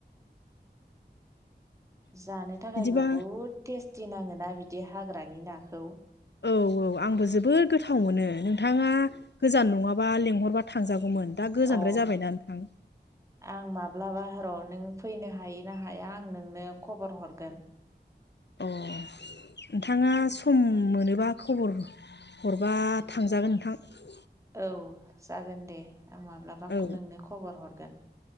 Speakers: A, on the right (about 15°); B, on the left (about 75°).
A: जानो थाखाय
B: बिदिबा
A: बहुद टेस्टि नाङोना बिदि हाग्रानि नाखौ?
B: औ औ आंबो जोबोद गोथाव मोनो नोंथाङा गोजान नङाबा लेंहरबा थांजागौमोन। दा गोजानद्राय
A: अ!
B: जाबायना नोंथां
A: आं माब्लाबा र' नों,, फैनो हायो ना हाया आं नोंनो ख'बर हरगोन,,
B: अ! नोंथाङा सम मोनोबा खबर हरबा थांजागोन नोंथां,, !
A: औ! जागोन दे आं माब्लाबा
B: औ
A: नोंनो ख'बर हरगोन,,